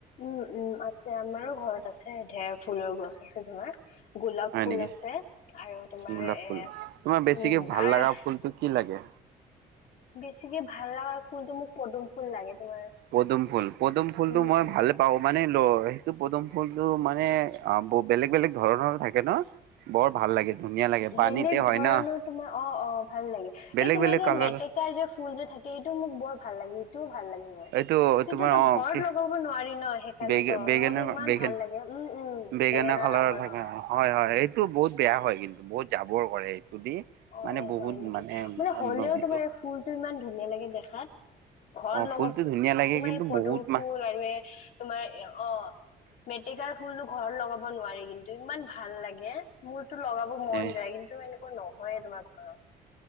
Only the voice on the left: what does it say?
উম উম আছ যে আমাৰো ঘৰত আছে ঢেৰ ফুলৰ গছ আছে তোমাৰ গোলাপ
ফুল
আছে আৰু তোমাৰ
এ
উম
আৰু
বেছিকে ভাল লগাগা আৰু ফুলটো মোক পদুম ফুল লাগে তোমাৰ।
উম,
বেলেগ ধৰণৰ
তোমাৰ অ অ ভাল লাগে
এই তোমাৰ
যে
মেটেকাৰ যে ফুল যে থাকে এইটো মোক বৰ ভাল লাগে সেইটোও ভাল লাগে মই
কিন্তুটো
ঘৰত
লগাব নোৱাৰি ন সেইকাৰণ
তো নহ'লে ইমান
ভাল লাগে উম উম।
বেঙেনা
ৰঙৰ
অ',
উম,
উম।
অ
হয় নেকি মানে হলেও
তোমাৰ এই ফুলটো ইমান ধুনীয়া লাগে দেখাত ঘৰত
লগাব
তোমাৰ
এই পদুম
ফুল
আৰু এই তোমাৰ অ মেটেকাৰ ফুলো ঘৰত লগাব নোৱাৰি কিন্তু ইমান ভাল লাগে মোৰতো লগাব মন
যায় কিন্তু এনে নহয়ে তোমাৰ ঘৰত